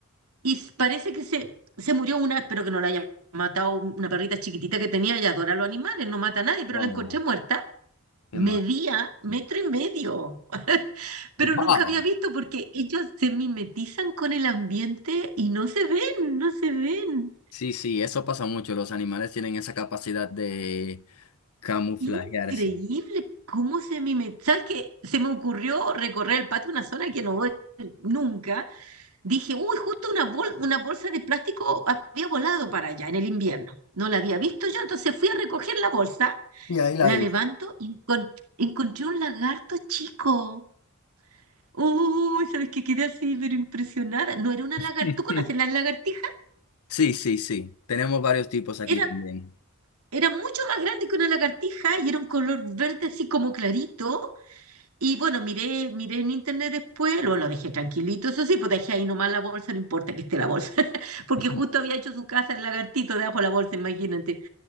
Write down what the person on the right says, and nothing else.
Y s- parece que se, se murió una, espero que no la haya matado una perrita chiquitita que tenía, ella adora a los animales, no mata a nadie, pero
la encontré muerta,
medía
metro y medio. <laughs> pero
nunca había visto porque ellos se mimetizan con el ambiente y no se ven, no se ven.
Increíble cómo se mimetizan. ¿Sabes qué? Se me ocurrió recorrer el patio, una zona que no voy nunca. Dije, uy, justo una, bol- una bolsa de plástico había volado para allá en el invierno. No la había visto yo, entonces fui a recoger la bolsa,
la
levanto y encon- encontré un lagarto chico. Uy, ¿sabes qué? Quedé así, pero impresionada. No era una
lagartija. ¿Tú conoces las lagartijas?
Era
Era mucho más grande que una lagartija y era un color verde así como clarito. Y bueno, miré, miré en internet después, luego lo dejé tranquilito, eso sí, pues dejé ahí nomás la bolsa, no importa que esté la bolsa, <laughs> porque
justo había hecho su casa el lagartito debajo de la bolsa, imagínate.